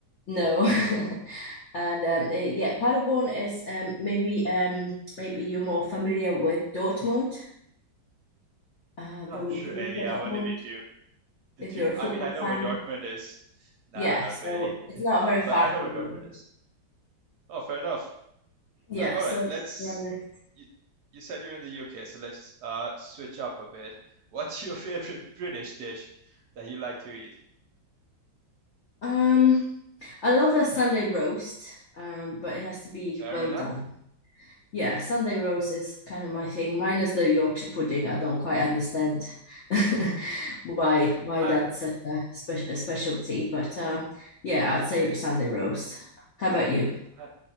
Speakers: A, on the left; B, on the right.
A: No. <laughs> And um, eh, yeah, Paderborn is um maybe
B: Mhm.
A: um maybe you're more familiar with Dortmund, uh
B: Not
A: Bor-
B: really.
A: Borussia
B: I've
A: Dortmund,
B: only been to The
A: if
B: two.
A: you're a football
B: I mean, I know
A: fan.
B: where Dortmund is. Nah,
A: Yeah,
B: not
A: so
B: really.
A: it's not
B: Uh,
A: very far
B: but I know
A: from
B: where
A: Dortmund.
B: Dortmund is. Oh, fair enough.
A: Yeah,
B: Uh, all
A: so
B: right,
A: that's
B: let's.
A: where I live.
B: You, you said you're in the UK, so let's uh, switch up a bit. <laughs> What's your favorite British dish that you like to eat?
A: Um, I love a Sunday roast, um, but it has to be
B: Fair
A: well
B: enough.
A: done. yeah, Sunday roast is kind of my thing. Minus the Yorkshire pudding, I don't quite understand <laughs> why why
B: I,
A: that's such a, spe a specialty. But um, yeah, I'd say Sunday roast.
B: Mhm.
A: How about you?
B: I